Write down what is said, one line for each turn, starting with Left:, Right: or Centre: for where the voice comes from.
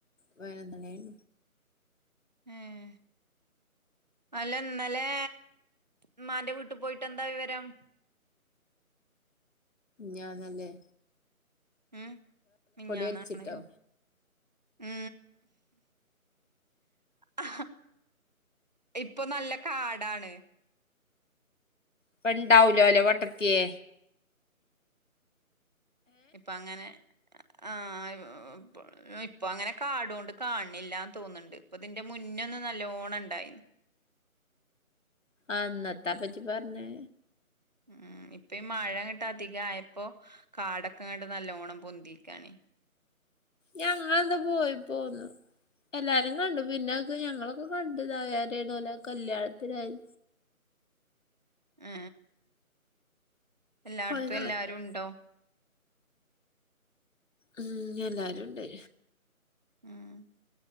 Left: പതിനൊന്നണി ആയി
Right: ഏഹ് അല്ല ഇന്നലെ മ്മാന്റെ വീട്ട് പോയിട്ട് എന്തായി വിവരം
Left: ഞാനല്ലേ
Right: ഉം മിനിഞ്ഞാന്നാണല്
Left: വലിച്ചിട്ടോ
Right: അ ആ ഇപ്പൊ നല്ല കാടാണ്.
Left: പ്പെണ്ടാവൂലോലെ പൊട്ടത്തിയേ
Right: ഇപ്പൊ അങ്ങനെ ആ <unintelligible> പ്പൊ ഇപ്പൊ അങ്ങനെ കാടോണ്ട് കാണില്ലാ തോന്ന്ണ്ട് ഇപ്പ തിന്റെ മുന്നേ ന്ന് നല്ലോണണ്ടയ്നു
Left: ആ അന്നത്താപ്പെജ് പറഞ്ഞെ
Right: ഉം ഇപ്പ ഈ മഴ ആയിട്ട് അധിക ആയപ്പോ കാടൊക്കെണ്ട് നല്ലോണം പൊന്തേക്കാണേ.
Left: ഞങ്ങെൾന്താ പോയിപ്പോന്നു. എല്ലാരും കണ്ടു പിന്നെക്കെ ഞങ്ങളൊക്കെ കണ്ടു ഇതായാരേണ് ഓലാ കല്യാണത്തിനായി
Right: ഏ എല്ലാട്ത്തും
Left: ഹോയ് നാഥേ.
Right: എല്ലാരും ഉണ്ടോ?
Left: ഉം എല്ലാരും ഉണ്ട്.
Right: ഉം